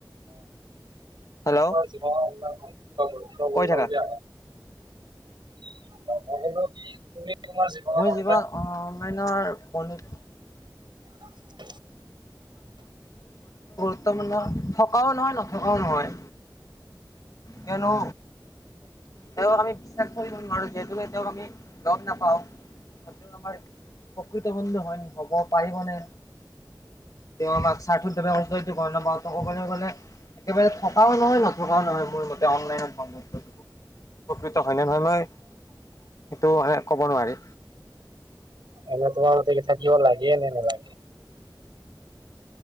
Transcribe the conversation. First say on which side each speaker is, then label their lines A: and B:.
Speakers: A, on the left (about 50°); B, on the right (about 80°).
A: হেল্ল'
B: প্ৰব
A: কৈ থাকা
B: ন <unintelligible> জীৱনৰ
A: মই
B: সংবাদ
A: যিবা অহনলাইনৰ বন্ধু
B: <unintelligible>
A: বৰ্তমানে থকাও নহয় নথকাও নহয় কিয়নো তেওঁ আমি বিশ্বাস কৰি মানু যেইটো তেওঁক আমি লগ নাপাওঁ তেওঁ আমাৰ প্ৰকৃত বন্ধু হয় হ'ব পাৰিবনে। তেওঁ আমাক চ্থ নাপাওঁ কবলৈ গলে একেবাৰে থকাও নহয় নথকাও নহয় মোৰ মতে অনলন বন্ধকৃত হয় ন নহয় মই সেইটো মানে কব নোৱাৰি।
B: এনে তোমাৰ মতে কি থাকিব লাগে নে নেলাগে?